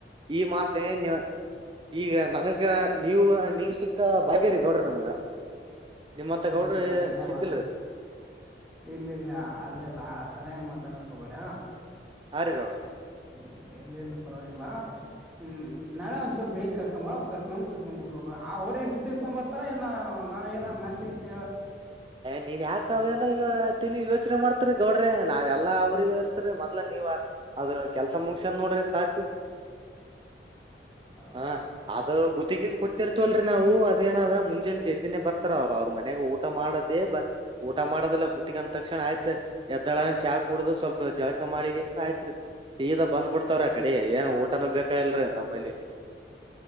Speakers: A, on the right (about 30°); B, in the centre.
A: ಈ ಮಾತೆ ನೀ ಈಗ ನನಗ ನೀವು ನೀವ್ ಸಿಕ್ಕ ಭಾಗ್ಯರಿ ಗೌಡ್ರ ನಮಗ. ನಿಮ್ಮಂತ
B: ಇರ್ಲಿಲ್ಲ
A: ಗೌಡ್ರ
B: ಹಂಗೆಲ್ಲ
A: ಸಿಕ್ಕಿಲ್ರಿ
B: ಇರ್ಲಿಲ್ಲ ಅಲ್ಲಲ್ಲ ಆ ತರ ಏನ್ ಮಾತಾಡಕ್. ಕಬಡ.
A: ಆರುಗೋಡ.
B: ಅಲ್ಲ ಎಲ್ಲ ಎಲ್ಲಿ ಪರವಾಗಿಲ್ಲ ಹ್ಮ್ ನಾಳೆ ಒಂದ್ಚೂರು ಬೇಗ ಕರ್ಕೊಂಬ ಕರ್ಕೊಂಡ್ ಕರ್ಕೊ್ಬಿಟ್ರು ಅವ್ರೇಏನ್ ಟಿಫಿನ್ ತಗೊ್ ಬರ್ತಾರ ಏನ ನಾವ್ ಏನ ನಾಷ್ಟಗ ಇಷ್ಟ
A: ನೀವ ಯಾಕ ಅವಲ್ಲ ಈವ ತಿಳ ಇವತ್ತು. ಯಚನೆ ಮಾಡ್ತರಿ ಗೌಡ್ರಿ ನಾವ ಎಲ್ಲಾ ಅವ್ರಿಗೆ ಇರ್ತರಿ ಮೊದ್ ನೀವ್ ಅದ ಕೆಲ್ಸ ಮುಂಗಸ್ಯನ್ ನೋಡ್ರಿ ಸಾಕು
B: ಆ,
A: ಹಾ ಅದು ಗ ತೆಗಿ ಕೊಟ್ಟಿರ್ತವಲ್ರರಿ ನಾವು ಅದೇನದ ಮುಂಜೆ ಜದ್ದಿನೇ ಬರ್ತಾರ ಅವರು ಅವ್ರ ಮನ. ಊಟ ಮಾಡದೇ ಬ ಊಟ ಮಾಡೋದಿಲ್ಲ ಗುತ್ತಗಂದ ತಕ್ಷಣ ಆಯ್ತ್ ಎದ್ದಳ ಚಾ ಕುೂಡುದ ಸ್ವಲ್ಪ ಜಳಕ ಮಾಡಗ ಆಯ್ತ್ ಸೀದ ಬಂದ್ಬಿಡ್ತಾವ್ರ ಆ ಕಡೆ ಏನ ಊಟನ ಬೇಕಾಗಿಲ್ರಿೀ ನಮ್ಮಲ್ಲಿ.